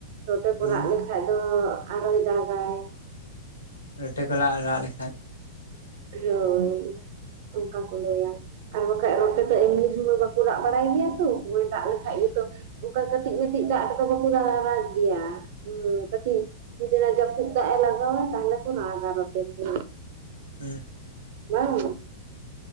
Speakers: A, on the right; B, on the left.
A: ᱨᱚᱴᱮ ᱠᱚ
B: ᱦᱩᱸ
A: ᱨᱟᱜ ᱞᱮᱠᱷᱟᱡ ᱫᱚ ᱟᱨᱚᱭ ᱫᱟᱜᱟᱭ᱾
B: ᱨᱚᱴᱮ ᱠᱚᱞᱟ ᱨᱟᱜ ᱞᱮᱠᱷᱟᱡ
A: ᱦᱳᱭ ᱚᱱᱠᱟ ᱠᱚ ᱞᱟᱹᱭᱟ᱾ ᱟᱨ ᱵᱟᱠᱷᱟᱡ ᱨᱚᱰᱮ ᱛᱚ ᱮᱢᱱᱤ ᱥᱚᱢᱚᱭ ᱵᱟᱠᱚ ᱨᱟᱜ ᱵᱟᱲᱟᱭ ᱜᱮᱭᱟ ᱛᱚ ᱱᱚᱭ ᱚᱭ ᱫᱟᱜ ᱞᱮᱠᱷᱟᱡ ᱜᱮᱛᱚ ᱚᱱᱠᱟ ᱠᱟᱹᱴᱤᱡ ᱠᱟᱹᱴᱤᱡ ᱫᱟᱜ ᱨᱮᱫᱚ ᱵᱟᱠᱚ ᱨᱟᱜ ᱜᱮᱭᱟ ᱤᱭᱟᱹ ᱠᱟᱹᱴᱤᱡ ᱡᱩᱫᱤ ᱚᱱᱟ ᱡᱟᱹᱯᱩᱫ ᱫᱟᱜ ᱮ ᱞᱟᱜᱟᱣᱟᱭ ᱛᱟᱦᱚᱞᱮ ᱠᱚ ᱨᱟᱜᱼᱟ ᱨᱚᱴᱮ ᱠᱚᱼᱼ
B: ᱦᱮᱸ
A: ᱵᱟᱝ ᱟᱡᱚᱢᱼᱼ